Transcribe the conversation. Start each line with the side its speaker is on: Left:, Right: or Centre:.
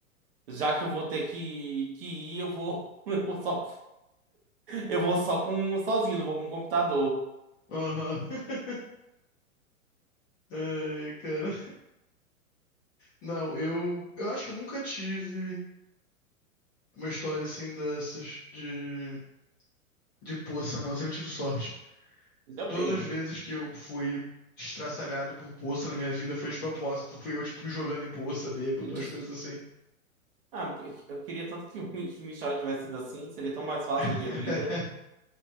Right: já que eu vou ter que, que ir, eu vou. <laughs> Eu vou só, eu vou só com sozinho, não vou com o computador.
Left: Aham. <laughs> Ai, cara. Não, eu, eu acho que eu nunca tive uma história assim dessas de, de poça, não. Assim, eu tive sorte.
Right: Ainda
Left: Todas
Right: bem.
Left: as vezes que eu fui estraçalhado por poça na minha vida foi de propósito. Fui eu, tipo, jogando em poça, bêbado,
Right: <laughs>
Left: umas coisas assim.
Right: Ah, eu queria tanto que, <laughs> que minha história tivesse sido assim. Seria tão mais fácil
Left: <laughs>
Right: da minha vida.